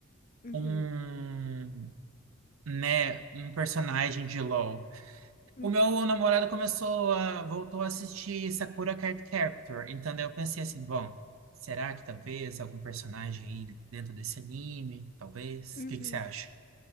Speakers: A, on the left; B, on the right.
A: Uhum,
B: um, né, um personagem de LoL.
A: uhum,
B: O meu namorado começou a, voltou a assistir Sakura Card Captor, então daí eu pensei assim, bom, será que talvez algum personagem aí dentro desse anime, talvez?
A: uhum.
B: O que que você acha?